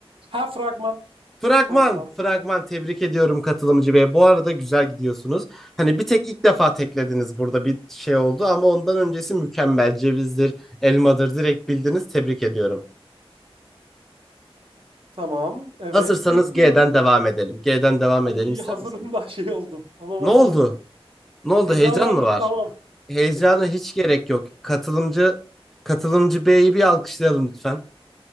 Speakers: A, on the right (about 60°); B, in the centre.
A: Ha fragman.
B: Fragman,
A: Fragman.
B: fragman tebrik ediyorum katılımcı bey. Bu arada güzel gidiyorsunuz. Hani bir tek ilk defa teklediniz burada bir şey oldu ama ondan öncesi mükemmel. Cevizdir, elmadır direkt bildiniz. Tebrik ediyorum.
A: Tamam. Evet.
B: Hazırsanız
A: Bekliyorum.
B: G'den devam edelim. G'den devam
A: Ay
B: edelim ister
A: hazırım
B: misiniz?
A: da şey oldum. Tamam
B: Ne
A: hazırım.
B: oldu? Ne oldu?
A: Heyecanlandım.
B: Heyecan mı var?
A: Tamam.
B: Heyecana
A: Ee,
B: hiç gerek yok. Katılımcı katılımcı B'yi bir alkışlayalım lütfen.